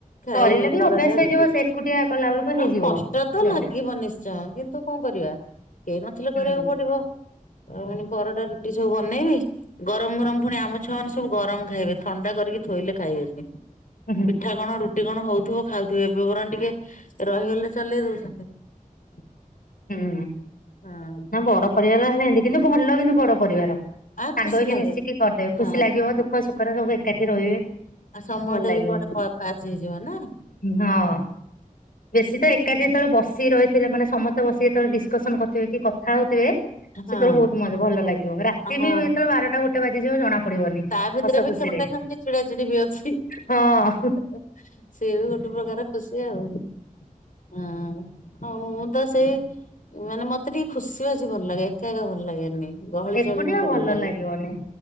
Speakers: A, on the left; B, on the left.
A: ଖାଇବେ
B: କରିଲେ ବି
A: ପରଟା,
B: ଅଭ୍ୟାସ ହେଇଯିବ
A: ରୁଟି
B: ସେ ଏକୁଟିଆ କଲା ବେଳକୁ
A: ନା
B: ହେଇଯିବ
A: କଷ୍ଟ ତ
B: ଜଲଦି
A: ଲାଗିବ ନିଶ୍ଚୟ। କିନ୍ତୁ କଣ କରିବା କେହି ନଥିଲେ
B: ହୁଁ
A: କରିବାକୁ ପଡ଼ିବ। ଆଉ ମୁଁ ଏଇନେ ପରଟା, ରୁଟି ସବୁ ବନେଇବି। ଗରମ ଗରମ ପୁଣି ଆମ ଛୁଆ ମାନେ ସବୁ ଗରମ ଖାଇବେ। ଥଣ୍ଡା କରିକି ଥୋଇଲେ ଖାଇବେନି।
B: ଉଁ, ହୁଁ।
A: ଠା କଣ ରୁଟି କଣ ହଉଥୁବ ଖାଉଥିବେ। ଏବେ ବରଂ ଟିକେ ରହିଗଲେ ଚଲେଇ ଦଉଛନ୍ତି। <inaudible>
B: ହୁଁ,
A: ହଁ
B: ନା ବଡ଼ ପରିବାର ହେଲେ ହେନ୍ତି। କିନ୍ତୁ ଭଲ କିନ୍ତୁ ବଡ଼ ପରିବାର। ସାଙ୍ଗ
A: ଆଉ ଖୁସି
B: ହେଇକି
A: ଲାଗେ
B: ମିଶିକି କରିଦେବେ
A: ହଁ
B: ଖୁସି ଲାଗିବ।
A: ହଁ।
B: ଦୁଃଖ ସୁଖରେ ସବୁ ଏକାଠି ରହିବେ।
A: ଆଉ ସମୟ
B: ଭଲ
A: ଟା
B: ଲାଗିବ
A: ବି କୁଆଡ଼େ ପ-ପାସ୍ ହେଇଯିବ ନା।
B: ହଁ ବେଶୀ ତ ଏକାଠି ଯେତଳେ ବସି ରହିଥିଲେ ମାନେ ସମସ୍ ତ ବସିକ ଯେତେବେଳେ ଡିସ୍କସନ୍ କରୁଥିବେ କି କଥା ହଉଥିବେ।
A: ହଁ।
B: ସେତେବେଳେ ବହୁତ ମଜା ଭଲ ଲାଗିବ। ରାତି
A: ହଁ
B: ବି ଯେତେବେଳେ ବାରଟା ଗୋଟେ ବାଜିଯିବ ଜଣା ପଡିବନି।
A: ତା ଭିତରେ
B: ହସ
A: ବି
B: ଖୁସିରେ
A: ଖେମୁଟା ଖେମଟି ଚିଡା ଚିଡି ବି ଅଛି। ସିଏ
B: ହଁ
A: ବି ଗୋଟେ ପ୍ରକାର ଖୁସି ଆଉ। ହଁ ହଁ ମୁଁ ତ ସେଇ ମାନେ ମୋତେ ଟିକେ ଖୁସି ବାସୀ ଭଲ ଲାଗେ। ଏକା ଏକା ଭଲ ଲାଗେନି। ଗହଳି
B: ଏକୁଟିଆ
A: ଚହଳି ମୋତେ ଭଲ ଲାଗେ।
B: ଲାଗିବନି